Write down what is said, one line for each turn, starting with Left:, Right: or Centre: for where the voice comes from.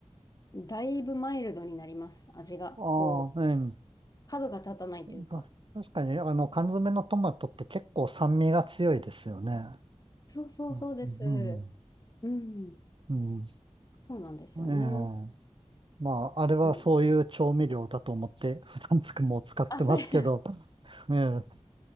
Left: だいぶマイルドになります、味が。
Right: ああ、
Left: こう、
Right: え
Left: 角が立たないというか。
Right: え。た確かに、あの、缶詰のトマトって結構酸味が強いですよね。
Left: そうそうそうです。
Right: うん。うん
Left: うん、
Right: うん。
Left: そうなんですよね。
Right: ええ。まあ、あれはそういう調味料だと思って、
Left: うん
Right: <laughs> 普段つくも使ってますけど、
Left: あ、それ <laughs> じ
Right: <laughs> ええ。